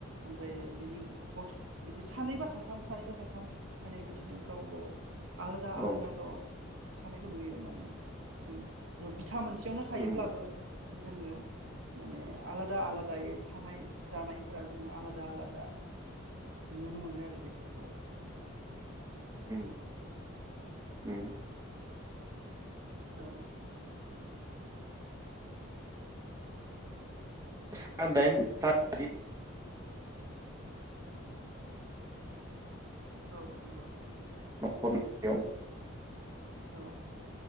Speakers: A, on the right; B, on the right.
A: ओमफ्राय बिनि गथ' बिदि सानैबा साथाम सानैबा साथाम माने बिदिनो गाव गाव आलादा आलादा
B: औ
A: ल' थानायखौ नुयो माने जों बिथथा मोनसेयावनो थायोब्लाबो
B: उम
A: जोङो माने आलादा आलादायै थानाय जानायफोरा जोङो आलादा आलादा नुनो मोनो आरो बेफोरखौ।
B: उम उम
A: औ उम
B: सा दाइन सा जि
A: औ नंगौ।
B: न'खरनियाव
A: औ